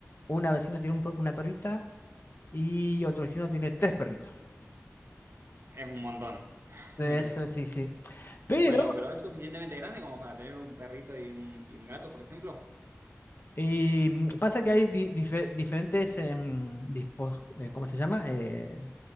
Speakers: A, on the left; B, on the right.
A: una vecina tiene un per- una perrita y otro vecino tiene tres perritos.
B: Es un montón. <laughs>
A: Sí, sí, sí. sí. Pero
B: Bueno, pero es suficientemente grande como para tener un perrito y un, y un gato, por ejemplo.
A: y, mm, pasa que hay di- dife- diferentes, em, dispo- eh, ¿cómo se llama? Eh,